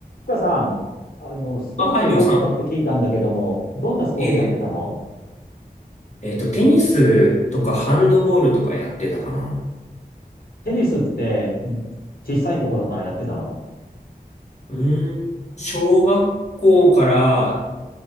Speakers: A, on the left; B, on the left.
A: 深さん、あの、スポーツやってたって聞いたんだけども、
B: あ、はい、りょうさん。
A: どんなスポーツやってたの
B: ええ。えっと、テニスとかハンドボールとかやってたかな。
A: テニスって小さい頃からやってたの
B: うーん、小学校から